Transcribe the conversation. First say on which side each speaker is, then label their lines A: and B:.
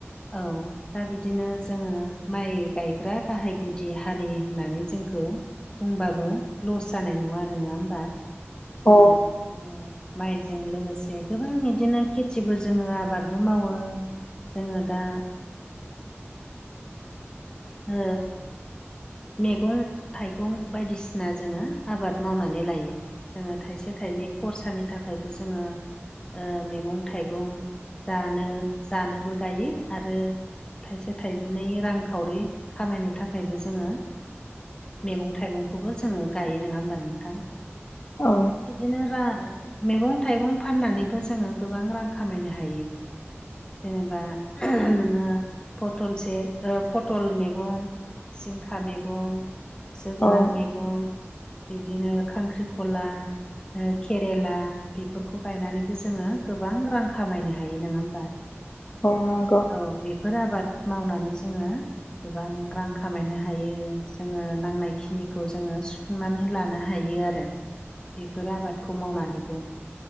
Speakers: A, on the left (about 20°); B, on the left (about 50°).
A: औ दा बिदिनो जोङो माइ गायग्रा गाहाय गुदि हारि होननानै जोंखौ बुंबाबो लस जानाय नङा आरो नोङा होमबा जोङो
B: औ
A: बिदिनो माइजों लोगोसे गोबां बिदिनो खेथिबो जोङो आबादबो मावो जोंङो दा ओ मैगं थाइगं बायदिसिना जोंङो आबाद मावनानै लायो जोंङो थाइसे थाइनै खरसानि थाखायबो जोंङो ओ मैगं थाइगं जानो जानोबो गायो आरो थाइसे थाइनै रांखावरि खामायनो थाखायबो जोङो मैगं थाइगंखौबो जोङो गायो नंङा होमबा नोंथां
B: औ
A: बिदिनो रा मैगं थाइगं फाननानैबो जोंङो गोबां रां खामायनो हायो जेनेबा नोंङो फटलसे ओ पटल मैगं जिंखा मैगं जोगोनार
B: औ
A: मैगं बिदिनो खांख्रिखला ओ केरेला बेफोरखौ गायनानैबो जोंङो गोबां रां खामायनो हायो नंङा होमबा <inaudible>
B: औ नंगौ
A: औ बेफोर आबाद मावनानै जोंङो गोबां रां खामायनो हायो जोंङो नांनाय खिनिखौ जोङो सुफुंनानै लानो हायो आरो बेफोर आबादखौ मावनानैबो